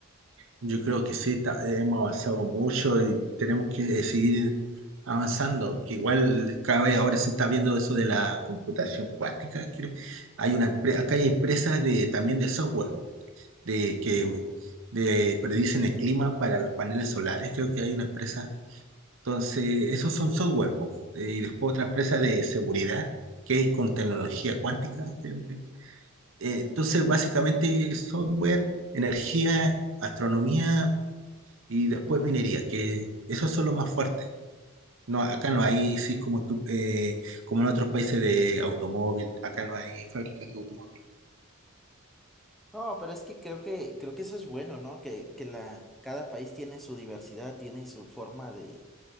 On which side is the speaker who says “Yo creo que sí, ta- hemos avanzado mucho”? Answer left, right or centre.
Right